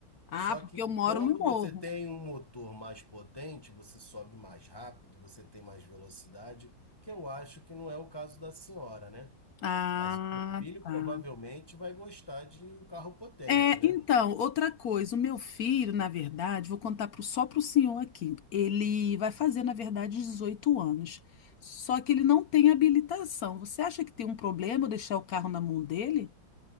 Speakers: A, on the left; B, on the left.
A: Ah,
B: Só
A: porque
B: que
A: eu moro
B: quando
A: no morro.
B: você tem um motor mais potente, você sobe mais rápido, você tem mais velocidade, que eu acho que não é o caso da senhora, né?
A: Ah,
B: Mas o seu filho
A: tá.
B: provavelmente vai gostar de um carro potente,
A: É,
B: né?
A: então, outra coisa, o meu filho, na verdade, vou contar pro, só pro senhor aqui. Ele vai fazer, na verdade, 18 anos. Só que ele não tem habilitação. Você acha que tem um problema eu deixar o carro na mão dele?